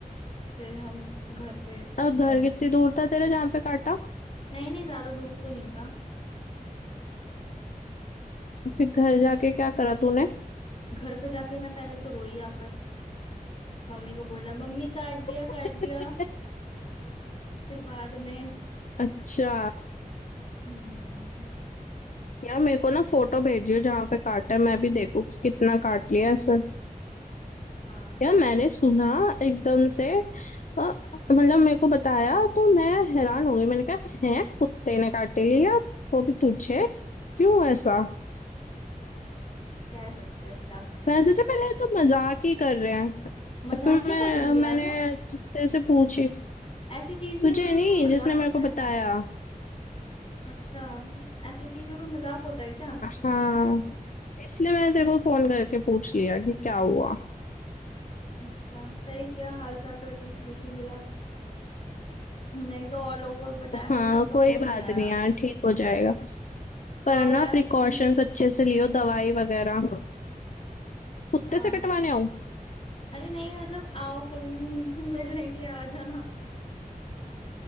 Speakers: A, on the left; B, on the left.
A: फिर हम घर पे
B: और घर
A: गए
B: कितनी दूर था तेरे जहाँ पे काटा
A: नहीं नहीं ज्यादा दूर तो नहीं था
B: फिर घर जाके क्या करा तूने
A: घर पे जाके मैं पहले तो रोई आकर मम्मी को बोला मम्मी काट दिया
B: <laughs>
A: काट दिया फिर बाद में
B: अच्छा
A: हम्म
B: यार मेरे को ना फोटो भेजियो जहाँ पे काटा है, मैं भी देखूँ कि कितना काट लिया ऐसे।
A: हाँ
B: यार मैंने सुना एकदम से अ, मतलब मेरे को बताया तो मैं हैरान हो गई मैंने कहा है कुत्ते ने काट लिया वो भी तुझे क्यों ऐसा
A: कह सकते हैं अब क्या करें हम
B: मैंने सोचा पहले ये तो मजाक ही कर रहे हैं
A: मजाक
B: फिर
A: क्यों
B: मैं
A: करूंगी यार
B: मैंने
A: मैं
B: कुत्ते से पूछी
A: ऐसी चीज में
B: तुझे
A: कोई
B: नहीं
A: कोई मजाक
B: जिसने
A: होता
B: मेरे को
A: है
B: बताया
A: अच्छा ऐसी चीज में कोई मजाक होता है क्या
B: हाँ इसलिए मैंने तेरे को फोन करके पूछ लिया कि क्या हुआ
A: अच्छा सही किया हाल चाल तो एटलीस्ट पूछ ही लिया नहीं तो और लोगों को भी बताया मैंने
B: हाँ
A: किसी का
B: कोई
A: फोन
B: बात
A: नहीं आया
B: नहीं यार ठीक हो जाएगा पर
A: आओ
B: ना
A: यार
B: प्रिकॉशंस
A: कभी
B: अच्छे से लियो दवाई वगैरह कुत्ते
A: हाँ
B: से कटवाने आओ
A: अरे नहीं मतलब आओ कभी <laughs> मिलने के लिए आ जाना